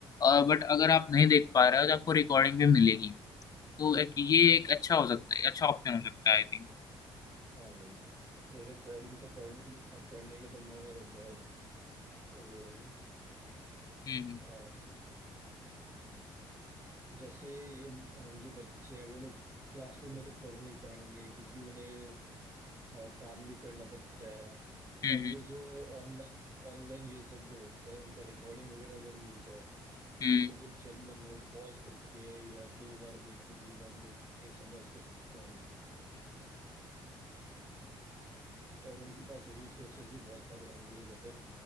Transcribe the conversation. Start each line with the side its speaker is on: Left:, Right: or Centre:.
Left: और बट अगर आप नहीं देख पा रहे हो तो आपको रिकॉर्डिंग भी मिलेगी तो एक ये एक अच्छा हो सकता है अच्छा ऑप्शन हो सकता है आई थिंक
Right: हाँ भाई रिकॉर्डिंग से पढ़, हाँ, पढ़ने के तो मैं बहुत वो हूँ
Left: हम्म हम्म
Right: अ, जैसे ये अ, जो बच्चे हैं वो लोग क्लासरूम में तो पढ़ नहीं पाएंगे क्योंकि उन्हें अ, काम भी करना पड़ता है
Left: हम्म
Right: अब ये जो ऑनलाइन ऑनलाइन ये सब जो होता है उनका रिकॉर्डिंग वगैरह अगर मिल जाए
Left: हम्म,
Right: तो वो लोग जब मन हो पॉज करके या दो बार देख के तीन बार देख के समझ तो सकते हैं और उनके पास रिसोर्सेज भी बहुत सारे होंगे जैसे